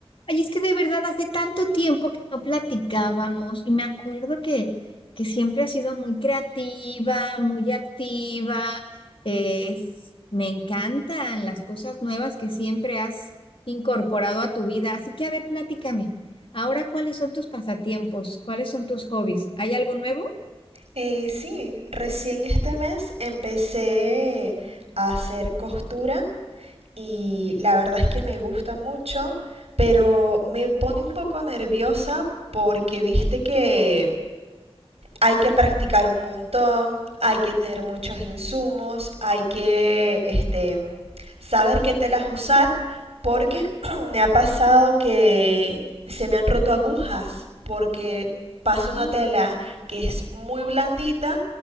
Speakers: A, on the left; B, on the right.
A: Ay, es que de verdad hace tanto tiempo que no platicábamos y me acuerdo que, que siempre has sido muy creativa, muy activa. eh, es- me encantan las cosas nuevas que siempre has incorporado a tu vida. Así que, a ver, platícame. Ahora, ¿cuáles son tus pasatiempos? ¿Cuáles son tus hobbies? ¿Hay algo nuevo?
B: Eh, sí, recién este mes empecé a hacer costura y la verdad es que me gusta mucho, pero me pone un poco nerviosa porque viste que hay que practicar un montón, hay que tener muchos insumos, hay que este, saber qué telas usar, porque <clears throat> me ha pasado que se me han roto agujas, porque paso
A: Ah,
B: una tela que es muy blandita